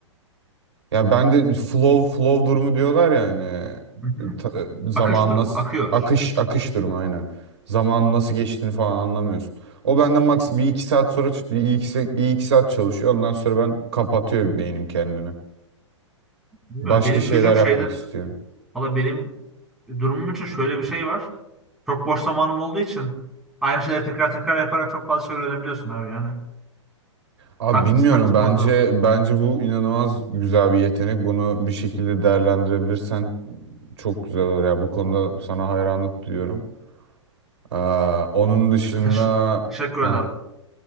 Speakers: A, on the right (about 60°); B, in the centre.
A: Ya ben de flow flow durumu diyorlar ya hani
B: Hı hı.
A: e, ta- e, zaman
B: Akış durumu.
A: nasıl
B: Akıyor.
A: akış akış durumu aynen. Zamanın nasıl geçtiğini falan anlamıyorsun. O benden maks bir iki saat sonra ç- bir iki, bir iki saat çalışıyor. Ondan sonra ben kapatıyor beynim kendini.
B: Bilmiyorum.
A: Başka
B: Benim
A: şeyler
B: gücüm şeyde.
A: yapmak istiyor.
B: Valla benim durumum için şöyle bir şey var. Çok boş zamanım olduğu için aynı şeyleri tekrar tekrar yaparak çok fazla şey öğrenebiliyorsun abi yani.
A: Abi
B: Taktik
A: bilmiyorum
B: taktik
A: bence
B: orada.
A: bence bu inanılmaz güzel bir yetenek. Bunu bir şekilde değerlendirebilirsen çok güzel olur ya. Bu konuda sana hayranlık duyuyorum. Ee, onun dışında
B: Teş- teşekkür
A: heh,
B: ederim.